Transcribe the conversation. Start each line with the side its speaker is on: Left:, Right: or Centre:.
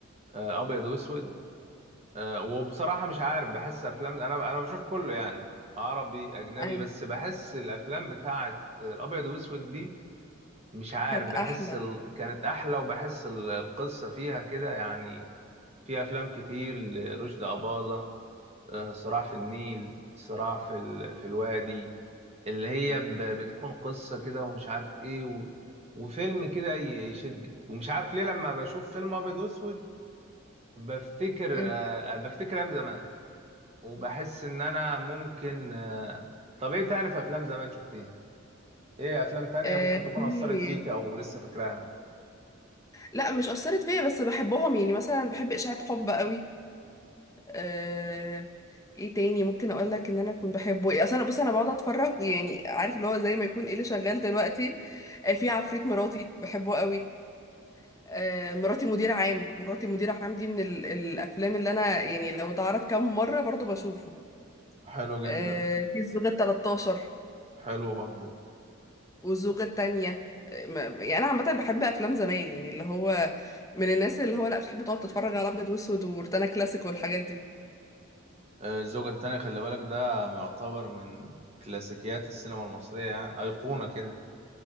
Right: آه ابيض واسود آه وبصراحه مش عارف بحس افلام انا انا بشوف كله يعني عربي اجنبي
Left: ايوه
Right: بس بحس الافلام بتاعه الابيض واسود دي مش عارف
Left: كانت
Right: بحس
Left: احلى
Right: ال... كانت احلى وبحس ال- القصه فيها كده يعني في افلام كتير لرشدي اباظه آه، صراع في النيل صراع في ال... في الوادي اللي هي ب... بتكون قصه كده ومش عارف ايه و... وفيلم كده ي- يشدك ومش عارف ليه لما بشوف فيلم ابيض واسود بفتكر
Left: مم.
Right: آه، بفتكر ايام زمان وبحس ان انا ممكن آه، طب ايه تاني في افلام زمان شفتيها ايه افلام تانية
Left: آه
Right: ممكن تكون
Left: في
Right: اثرت فيك او لسه فاكراها
Left: لا مش اثرت فيا بس بحبهم يعني مثلا بحب اشاعة حب قوي آه ايه تاني ممكن اقول لك ان انا اكون بحبه ايه اصل انا بص انا بقعد اتفرج يعني عارف اللي هو زي ما يكون ايه اللي شغال دلوقتي آه في عفريت مراتي بحبه قوي آه مراتي مدير عام مراتي مدير عام دي من ال- الافلام اللي انا يعني لو اتعرض كام مرة برضو بشوفه
Right: حلو جدا
Left: آه، في الزوجة التلاتاشر
Right: حلو برضو
Left: والزوجة التانية آه، ما- يعني أنا عامة بحب أفلام زمان يعني اللي هو من الناس اللي هو لأ بتحب تقعد تتفرج على أبيض وأسود وروتانا كلاسيك والحاجات دي
Right: آه، الزوجة التانية خلي بالك ده يعتبر من كلاسيكيات السينما المصرية يعني أيقونة كده